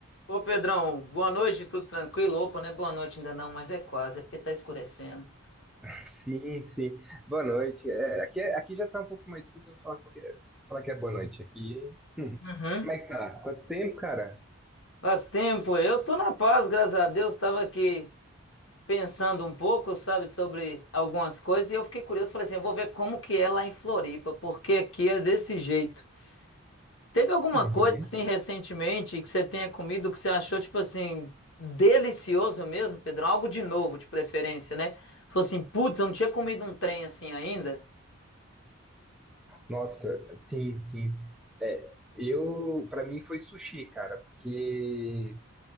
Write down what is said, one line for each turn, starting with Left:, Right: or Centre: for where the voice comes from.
Left: Ô Pedrão, boa noite, tudo tranquilo? Opa, não é boa noite ainda não, mas é quase, é porque tá escurecendo.
Centre: Sim, sim. Boa noite. É, aqui, é- aqui já tá um pouco mais difícil eu falar que é, falar que é boa noite aqui. Hum.
Left: Uhum.
Centre: Como é que tá? Quanto tempo, cara?
Left: Faz tempo, eu tô na paz, graças a Deus, tava aqui pensando um pouco, sabe, sobre algumas coisas e eu fiquei curioso, falei assim, eu vou ver como que é lá em Floripa, porque aqui é desse jeito. Teve alguma
Centre: Uhum.
Left: coisa assim recentemente que você tenha comido que você achou tipo assim delicioso mesmo, Pedrão? Algo de novo, de preferência, né? Falou assim, putz, eu não tinha comido um trem assim ainda.
Centre: Nossa, sim, sim. É, eu, para mim foi sushi, cara, porque